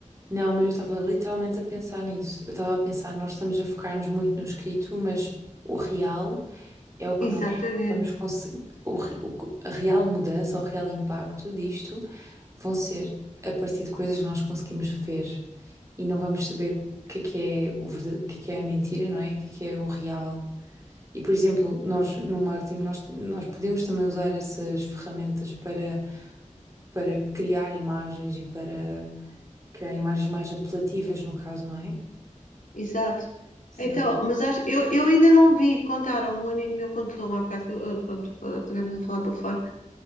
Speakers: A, on the right; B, on the left.
A: Não, mas eu estava literalmente a pensar nisso. Eu estava a pensar, nós estamos a focar-nos muito no escrito, mas o real é o que
B: exatamente.
A: nós vamos conseguir. O, re- o que- a real mudança, o real impacto disto vão ser a partir de coisas que nós conseguimos ver e não vamos saber o que é que é o verdade, o que é que é a mentira, não é? E O que é que é o real. E, por exemplo, nós no marketing, nós, nós podemos também usar essas ferramentas para, para criar imagens e para criar imagens mais apelativas, no caso, não é?
B: Exato.
A: Sim.
B: Então, mas acho, eu, eu ainda não vi, contaram-me, um amigo meu contou-me há bocado que eu, eh, pronto, estivemos a falar pelo fora.